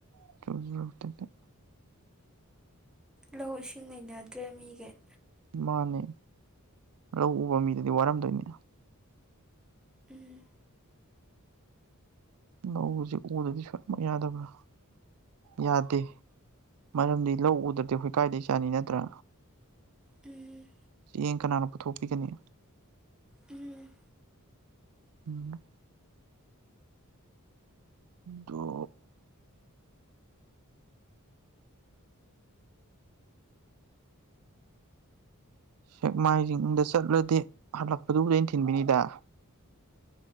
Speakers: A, on the right (about 85°); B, in the centre.
A: <unintelligible>
B: ꯂꯧ ꯏꯁꯤꯡ ꯂꯩꯅꯗ꯭ꯔꯦ ꯃꯤꯒꯩ
A: ꯃꯥꯅꯦ ꯂꯧ ꯎꯕ ꯃꯤꯗꯗꯤ ꯋꯥꯔꯝꯗꯣꯏꯅꯦ
B: ꯎꯝ
A: ꯂꯧꯁꯦ ꯎꯗꯗꯤ ꯁꯨꯌꯥꯃꯛ ꯌꯥꯗꯕ꯭ꯔꯥ ꯌꯥꯗꯦ ꯃꯔꯝꯗꯤ ꯂꯧ ꯎꯗ꯭ꯔꯗꯤ ꯑꯈꯣꯏ ꯀꯥꯏꯗꯒꯤ ꯆꯥꯅꯤ ꯅꯠꯇ꯭ꯔꯥ
B: ꯎꯝ
A: ꯆꯦꯡ ꯀꯅꯥꯅ ꯄꯨꯊꯣꯛꯄꯤꯒꯅꯤ
B: ꯎꯝ
A: ꯎꯝ ꯎꯗꯣ ꯁꯦꯛꯃꯥꯏꯖꯤꯡꯗ ꯆꯠꯂꯗꯤ ꯍꯜꯂꯛꯄꯗꯨꯕꯨꯗꯤ ꯑꯩꯅ ꯊꯤꯟꯕꯤꯅꯤꯗ